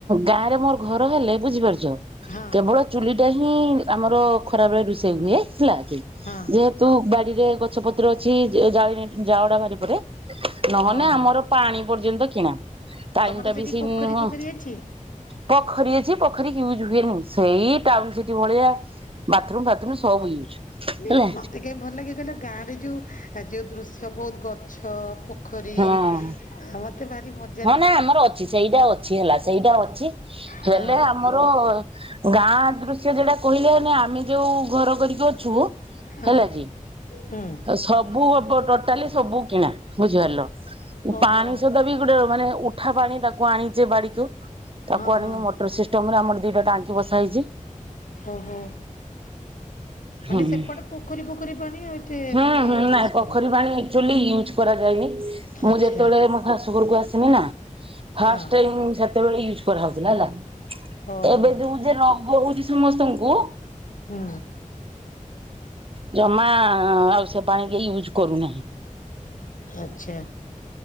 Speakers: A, on the right (about 40°); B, on the left (about 70°).
A: ଗାଁରେ ମୋର ଘର ହେଲେ ବୁଝିପାରୁଛ
B: ହଁ।
A: କେବଳ ଚୁଲି ଟା ହିଁ ଆମର ଖରାବେରେ ରୋଷେଇ ହୁଏ ହେଲା କି
B: ହଁ
A: ଯେ ତୁ ବାଡିରେ ଗଛ ପତ୍ର ଅଛି ଜା ଜାଳଡା ବାହାରି ପରେ ନହେଲେ
B: ହଁ
A: ଆମର ପାଣି ପର୍ଯ୍ୟନ୍ତ କିଣା ଟାଇମ
B: ତମର
A: ଟା
B: ସେଠି
A: ବେଶି
B: ପୋଖରୀ
A: ନୁହଁ
B: ଫୋଖରୀ ଅଛି?
A: ପୋଖରୀ ଅଛି ପୋଖରୀ ୟୁଜ୍ ହୁଏନି ସେଇ ଟାଉନ ସିଟି ଭଳିଆ ବାଥରୁମ୍ ଫାଥରୁମ୍ ସବ ୟୁଜ୍
B: ମତେ
A: ହେଲା
B: କାଇହି ଭଲ ଲଗେକହିଲ ଗାଁ ରେ ଯୋଉ ଯୋଉ ଦୃଶ୍ୟ ବହୁତ ଗଛ ପ ପୋଖରୀ
A: ହଁ
B: ଆଉ ମତେ ଭାରି ଭ
A: ହଁ ନାଇ ଆମର ଅଛି ସେଇଟା ଅଛି ହେଲା ସେଇଟା ଅଛି
B: ହଁ
A: ହେଲେ ଆମର ଆର ଗାଁ ଦୃଶ୍ୟ ଯଟା କହିଲେନି ଆମେ ଯୋଉ ଘର କରିକି ଅଛୁ
B: ହଁ
A: ହେଲା କି
B: ହୁଁ।
A: ସବୁ ଟୋଟାଲି ସବୁ କିଣା ବୁଝିପାରିଲ
B: ଓହୋ
A: ପାଣି ସୁଧା ବି ଗୋଟେ ମାନେ ଉଠା ପାଣି ତାକୁ ଆଣିଛେ ବାଡିକୁ ତାକୁ
B: ହଁ
A: ଆଣିକି
B: ହଁ।
A: ମଟରଷ୍ଟ ଷ୍ଟମରେ ଆମର ଦିଟା ଟାଙ୍କି ବସା ହେଇଛି।
B: ଓହୋ
A: ହୁଁ
B: ମାନେ ସେପଟେ ପୋଖରୀ ପୋଖରୀ ପାଣି ଏତେ
A: ହୁଁ
B: ମାନେ
A: ହୁଁ ନାଇଁ
B: ୟୁଜ୍
A: ପୋଖରୀ
B: କରନି।
A: ପାଣି ଆଚୁଆଲି ୟୁଜ କରାଯାଏନି ମୁଁ
B: ଆଚ୍ଛା
A: ଯେତେବେଳେ ମୋ ଶାସୁଘରକୁ ଆସିମି ନା
B: ହଁ
A: ଫାଷ୍ଟ ଟାଇମ୍ ସେତେବେଳେ ୟୁଜ କରାହଉଥିଲା ହେଲା
B: ଓହୋ
A: ଏବେ ଯୋଉ ଯେ ରୋଗ ହଉଛି ସମସ୍ତଙ୍କୁ
B: ହୁଁ।
A: ଜମା ଆଉ ସେ ପାଣି କି ୟୁଜ୍ କରୁନାହିଁ।
B: ଆଛା